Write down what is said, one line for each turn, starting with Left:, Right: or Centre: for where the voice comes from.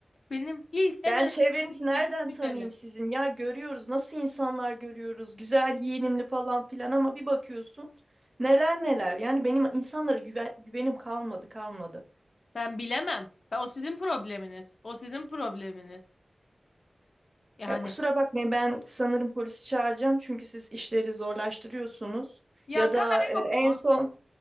Left: Benim ilk en
Right: Ben
Left: önemli
Right: çevrenizi nereden
Left: dürüstlük
Right: tanıyayım
Left: hele.
Right: sizin? Ya görüyoruz nasıl insanlar görüyoruz. Güzel giyinimli falan filan ama bir bakıyorsun neler neler. Yani benim insanlara güven, güvenim kalmadı kalmadı.
Left: Ben bilemem. Ben, o sizin probleminiz. O sizin probleminiz. Yani
Right: Ya kusura bakmayın ben sanırım polisi çağıracağım çünkü siz işleri zorlaştırıyorsunuz.
Left: ya
Right: Ya da
Left: kamera
Right: e,
Left: yok
Right: en
Left: mu?
Right: son